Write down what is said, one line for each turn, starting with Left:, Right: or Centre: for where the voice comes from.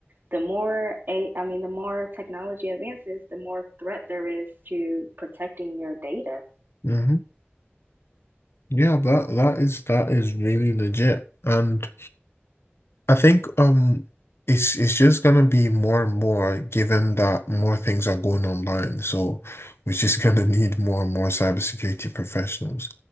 Right: the more a, I mean, the more technology advances, the more threat there is to protecting your data.
Left: hmm Yeah, that that is that is really legit. And I think um it's it's just gonna be more and more given that more things are going online. So we're just <laughs> gonna need more and more cybersecurity professionals.